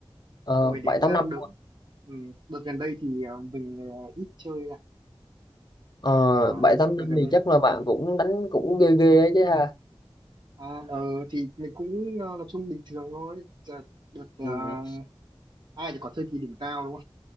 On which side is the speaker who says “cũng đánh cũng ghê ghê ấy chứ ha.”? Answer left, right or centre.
Left